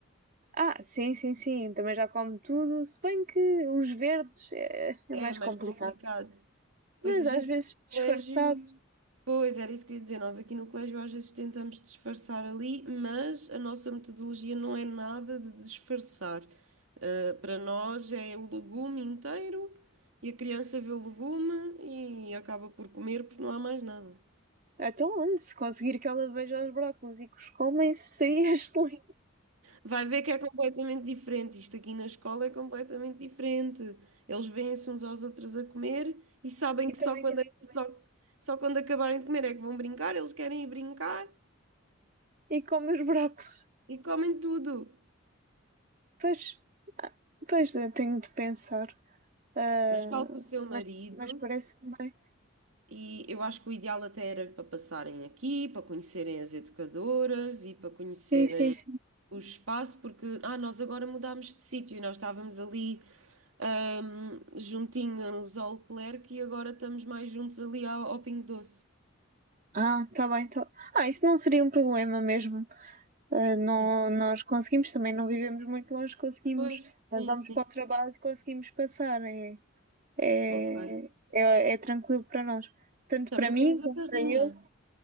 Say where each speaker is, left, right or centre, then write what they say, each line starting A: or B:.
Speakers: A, on the right; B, on the right.
A: Ah, sim, sim, sim. Também já come tudo. Se bem que os verdes é, é
B: É
A: mais
B: mais
A: complicado.
B: complicado. Pois
A: Mas
B: a
A: às
B: gente
A: vezes
B: aqui no
A: disfarçado.
B: colégio. Pois, era isso que eu ia dizer. Nós aqui no colégio às vezes tentamos disfarçar ali, mas a nossa metodologia não é nada de disfarçar. Ah, para nós é o legume inteiro e a criança vê o legume e acaba por comer porque não há mais nada.
A: Então, olha, se conseguir que ela veja os brócolos e que os comem, seria <laughs> excelente.
B: Vai ver que é completamente diferente. Isto aqui na escola é completamente diferente. Eles veem-se uns aos outros a comer e sabem
A: E
B: que
A: também
B: só quando,
A: querem comer.
B: só, só quando acabarem de comer é que vão brincar. Eles querem ir brincar
A: E come os brócolos.
B: e comem tudo.
A: Pois, ah, pois eu tenho de pensar. Ah,
B: Mas falo com o seu marido
A: mas, mas parece-me bem.
B: e eu acho que o ideal até era para passarem aqui, para conhecerem as educadoras e para conhecerem
A: Sim, sim, sim.
B: o espaço, porque ah, nós agora mudámos de sítio e nós estávamos ali. ahm, juntinho juntinhos ao Leclerc e agora estamos mais juntos ali ao, ao Pingo Doce.
A: Ah, está bem. Tá... Ah, isso não seria um problema mesmo. Uh, nó-
B: Hum.
A: nós conseguimos, também não vivemos muito longe, conseguimos,
B: Pois,
A: quando
B: sim,
A: vamos
B: sim.
A: para o trabalho, conseguimos passar. É, é,
B: Ok.
A: é, é tranquilo para nós, tanto
B: Também
A: para mim
B: temos
A: como
B: a carrinha.
A: para ele.